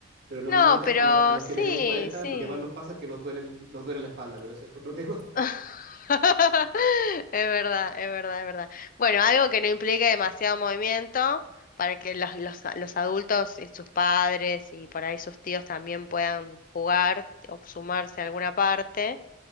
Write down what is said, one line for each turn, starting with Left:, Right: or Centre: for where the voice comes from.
Right: Pero normalmente
Left: No, pero
Right: a, lo- a los
Left: sí,
Right: que tenemos 40
Left: sí.
Right: lo que más nos pasa es que nos duele, el- nos duele la espalda, pero ese es otro <laughs> tema.
Left: <laughs> Es verdad, es verdad, es verdad. Bueno, algo que no implique demasiado movimiento para que los, los, los adultos y sus padres y por ahí sus tíos también puedan jugar o sumarse a alguna parte.